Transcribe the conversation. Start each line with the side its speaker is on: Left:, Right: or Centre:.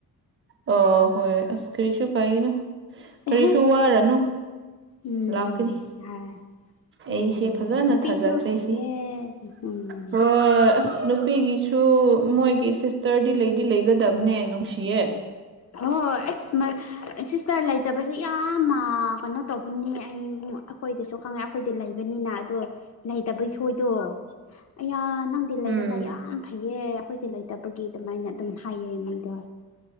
Right: ꯑ ꯍꯣꯏ ꯑꯁ ꯀꯔꯤꯁꯨ ꯀꯥꯏꯅ ꯀꯔꯤꯁꯨ
Left: ꯑꯦꯍꯦ
Right: ꯋꯥꯔꯨꯅꯨ
Left: ꯎꯝ
Right: ꯂꯥꯛꯀꯅꯤ
Left: ꯍꯥꯏ ꯈꯪꯗꯦ
Right: ꯑꯩꯁꯦ ꯐꯖꯅ
Left: ꯅꯨꯄꯤꯁꯨ
Right: ꯊꯥꯖꯈ꯭ꯔꯦ
Left: ꯐꯩꯌꯦ
Right: ꯁꯤ
Left: ꯎꯝ
Right: ꯍꯣꯏ ꯑꯁ ꯅꯨꯄꯤꯒꯤꯁꯨ ꯃꯣꯏꯒꯤ ꯁꯤꯁꯇꯔꯗꯤ ꯂꯩꯗꯤ ꯂꯩꯒꯗꯕꯅꯦ ꯅꯨꯡꯁꯤꯌꯦ
Left: ꯍꯣꯏ ꯑꯩꯁ ꯃꯥꯏ ꯁꯤꯁꯇꯔ ꯂꯩꯇꯕꯁꯦ ꯌꯥꯝ ꯀꯩꯅꯣ ꯇꯧꯕꯅꯦ ꯑꯩ ꯑꯩꯈꯣꯏꯗꯁꯨ ꯈꯪꯉꯦ ꯑꯩꯈꯣꯏꯗꯤ ꯂꯩꯕꯅꯤꯅ ꯑꯗꯣ ꯂꯩꯇꯕꯩ ꯈꯣꯏꯗꯣ ꯑꯌꯥ ꯅꯪꯗꯤ ꯂꯩꯔꯒ
Right: ꯎꯝ
Left: ꯌꯥꯝ ꯐꯩꯌꯦ ꯑꯩꯈꯣꯏꯗꯤ ꯂꯩ ꯇꯕꯒꯤ ꯑꯗꯨꯃꯥꯏꯅ ꯑꯗꯨꯝ ꯍꯥꯏꯌꯦ ꯃꯤꯗꯣ